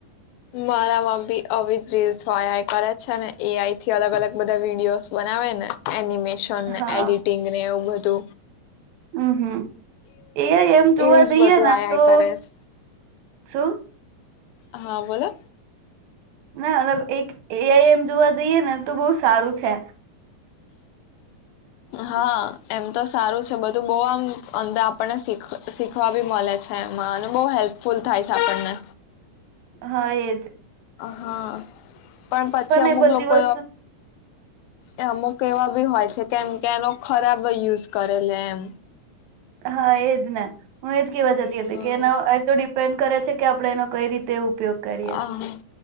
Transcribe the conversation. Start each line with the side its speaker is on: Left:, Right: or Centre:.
Left: મારામાં આવી જ રીલ્સ હોય આઈ કરે છે ને એ આઈ થી અલગ અલગ બધા વિડીિયોસ બનાવે ને એનિમેટ નિમેશન ને
Right: હા
Left: એડિટિંગ ને એવું બધું તો
Right: હમ હમ એ આઇ એમ જોવા
Left: એવું જ
Right: દઈએ
Left: બધું
Right: ને
Left: આઈ આઈ
Right: તો
Left: કરે છે.
Right: શું?
Left: હા બોલો
Right: ના મતબ એક એઆઈ એમ જોવા જઈએ ને તો બઉ સારું છે.
Left: હા એમ તો સારું છે બધું બહુ આમ અંદર આપણનેીખ શીખવા બી મળે છે એમાં અને બહ હેલ્પફુલ થાય છે આપણને
Right: હ એ જ
Left: હહા પણ પછી અમુક
Right: એ બધી
Left: લોકો
Right: વસ્તુ
Left: એ અમુક એવા બી હોય છે કેમ કે એનો ખરાબ યુઝ કરે લ એમ
Right: હા એજ ના હું એજ કેવા જતી
Left: હા
Right: હતી કે એના એ તો ડિપેન્ડ કરેછ કે આપણે એનો કઈ રીતે ઉપયોગ કરીએ
Left: અ